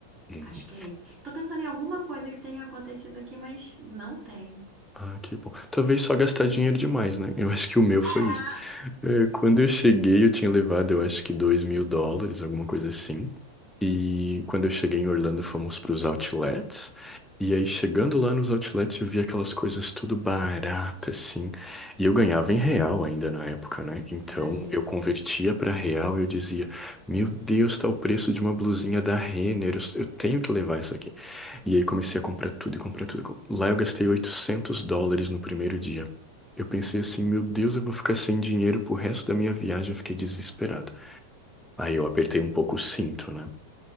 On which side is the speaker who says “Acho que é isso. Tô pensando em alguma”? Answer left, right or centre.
Right